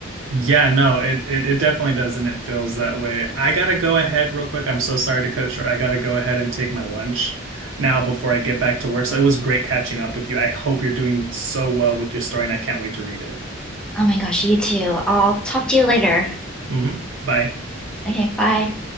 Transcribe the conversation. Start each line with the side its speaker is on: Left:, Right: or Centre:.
Right: Yeah, no, it, it it definitely does, and it feels that way. I gotta go ahead real quick. I'm so sorry to cut it short. I gotta go ahead and take my lunch now before I get back to work. So it was great catching up with you. I hope you're doing so well with your story, and I can't wait to read it.
Centre: Oh my gosh, you too. I'll talk to you later.
Right: hmm Bye.
Centre: Okay, bye.